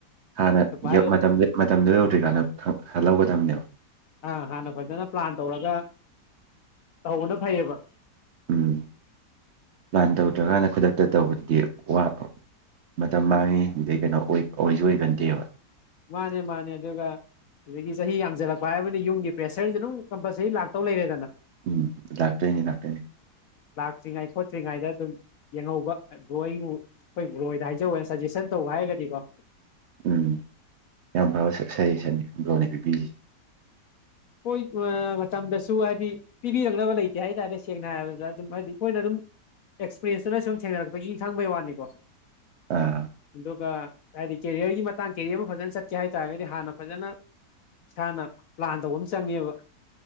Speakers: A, on the right; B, on the left.
A: ꯍꯥꯟꯅ
B: ꯍꯥꯏꯒꯗ꯭ꯔꯥ
A: ꯃꯇꯝꯗꯨ ꯃꯇꯝꯗꯨ ꯌꯧꯗ꯭ꯔꯤꯀꯥꯟꯗ ꯈꯜꯍꯧꯒꯗꯕꯅꯦꯕ
B: ꯑꯥ ꯍꯥꯟꯅ ꯐꯖꯅ ꯄ꯭ꯂꯥꯟ ꯇꯧꯔꯒ ꯇꯧꯕꯅ ꯐꯩꯌꯦꯕ
A: ꯎꯝ ꯄ꯭ꯂꯥꯟ ꯇꯧꯗ꯭ꯔꯀꯥꯟꯗ ꯈꯨꯗꯛꯇ ꯇꯧꯕꯗꯨꯗꯤ ꯋꯥ ꯃꯇꯝ ꯃꯥꯡꯉꯤ ꯑꯗꯩ ꯀꯩꯅꯣ ꯑꯣꯏ ꯑꯣꯏꯁꯨ ꯑꯣꯏꯒꯟꯗꯦꯕ
B: ꯃꯥꯅꯦ ꯃꯥꯅꯦ ꯑꯗꯨꯒ ꯑꯗꯒꯤ ꯆꯍꯤ ꯌꯥꯝꯖꯜꯂꯛꯄ ꯍꯥꯏꯕꯅꯤꯅ ꯌꯨꯝꯒꯤ ꯄ꯭ꯔꯦꯁꯔꯁꯦ ꯑꯗꯨꯝ ꯀꯝꯄꯜꯁꯔꯤ ꯂꯥꯛꯇꯧ ꯂꯩꯔꯦꯗꯅ
A: ꯎꯝ ꯂꯥꯛꯇꯣꯏꯅꯤ ꯂꯥꯛꯇꯣꯏꯅꯤ
B: ꯆꯤꯉꯩ ꯈꯣꯠꯇ꯭ꯔꯤꯉꯩꯗ ꯑꯗꯨꯝ ꯌꯦꯡꯍꯧꯕ ꯕ꯭ꯔꯣ ꯑꯩꯕꯨ ꯑꯩꯈꯣꯏ ꯕ꯭ꯔꯣꯗ ꯍꯥꯏꯖꯧꯅ ꯁꯖꯦꯁꯟ ꯇꯧꯕ ꯍꯥꯏꯔꯒꯗꯤ ꯀꯤꯀꯣ
A: ꯎꯝ ꯌꯥꯝ ꯐꯕ ꯁꯩ ꯁꯖꯦꯁꯟ ꯕ꯭ꯔꯣꯅ ꯄꯤꯕꯤꯔꯤꯁꯦ
B: ꯑꯩꯈꯣꯏ ꯃꯇꯝꯗꯁꯨ ꯍꯥꯏꯗꯤ ꯄꯤꯕꯤꯔꯛꯅꯕ ꯂꯩꯇꯦ ꯍꯥꯏꯇꯥꯔꯦ ꯁꯦꯡꯅ ꯍꯥꯏꯔꯕꯗ ꯑꯗꯨꯝ ꯍꯥꯏꯗꯤ ꯑꯩꯈꯣꯏꯅ ꯑꯗꯨꯝ ꯑꯦꯛꯁꯄꯔꯤꯦꯟꯁꯇꯨꯅ ꯁꯨꯝ ꯊꯦꯡꯅꯔꯛꯄꯒꯤ ꯈꯪꯕꯩ ꯋꯥꯅꯤꯀꯣ
A: ꯑꯥ
B: ꯑꯗꯨꯒ ꯍꯥꯏꯗꯤ ꯀꯦꯔꯤꯌꯔꯒꯤ ꯃꯇꯥꯡ ꯀꯦꯔꯤꯌꯔ ꯑꯃ ꯐꯖꯅ ꯆꯠꯀꯦ ꯍꯥꯏꯇꯥꯥꯔꯒꯗꯤ ꯍꯥꯟꯅ ꯐꯖꯅ ꯏꯁꯥꯅ ꯄ꯭ꯂꯥꯟ ꯇꯧꯕ ꯑꯃ ꯆꯪꯉꯦꯕ